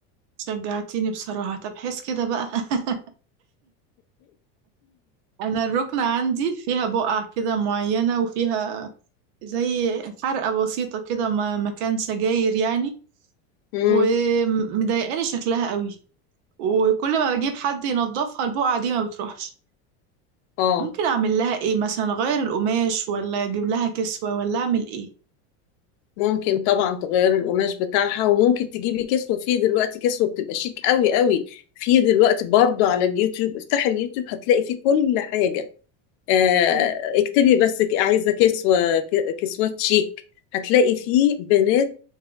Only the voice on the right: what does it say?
شجعتيني بصراحة طب حس كده بقى <laughs> انا الركنة عندي فيها بقع كده معينة وفيها زي حرقة بسيطة كده ما- مكان سجاير يعني
ومضايقاني شكلها قوي وكل ما بجيب حد ينظفها البقعة دي ما بتروحش
ممكن اعمل لها ايه مثلا اغير القماش ولا اجيب لها كسوة ولا اعمل ايه
ايوه